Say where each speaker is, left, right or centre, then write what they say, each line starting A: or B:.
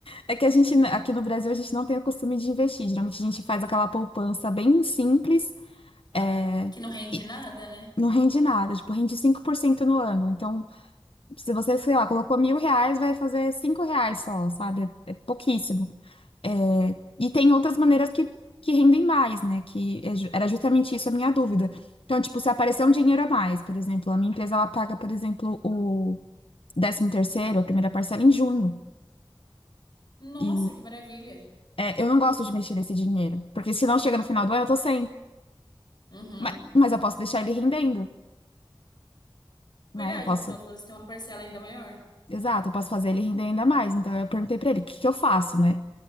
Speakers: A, on the left; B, on the left.
A: É que a gente, aqui no Brasil, a gente não tem o costume de investir. Geralmente a gente faz aquela poupança bem simples, é,
B: que não rende
A: e
B: nada, né?
A: não rende nada, tipo, rende 5% no ano. Então, Se você, sei lá, colocou mil reais, vai fazer cinco reais só, sabe? É pouquíssimo. É, e tem outras maneiras que, que rendem mais, né? Que é ju- era justamente isso a minha dúvida. Então, tipo, se aparecer um dinheiro a mais, por exemplo, a minha empresa, ela paga, por exemplo, o décimo terceiro, a primeira parcela em junho.
B: Nossa,
A: E
B: que maravilha.
A: é, eu não gosto de mexer nesse dinheiro, porque se não chega no final do ano, eu tô sem.
B: Uhum.
A: Mas, mas eu posso deixar ele rendendo, né?
B: Verdade,
A: Eu posso,
B: no final do ano você tem uma parcela ainda maior.
A: exato, eu posso fazer ele render ainda mais. Então, eu perguntei pra ele, o que que eu faço, né?